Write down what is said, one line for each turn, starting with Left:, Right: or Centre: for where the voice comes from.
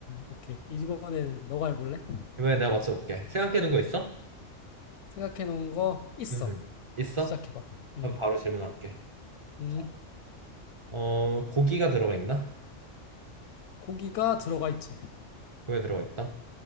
Left: 오케이. 이번에는 너가 해볼래?
Right: 이번에 내가 맞춰볼게. 생각해둔 거 있어?
Left: 생각해 놓은 거 있어.
Right: 음, 있어?
Left: 시작해봐. 음,
Right: 그럼 바로 질문할게.
Left: 음.
Right: 자, 어, 고기가 들어가 있나?
Left: 고기가 들어가 있지.
Right: 고기가 들어가 있다.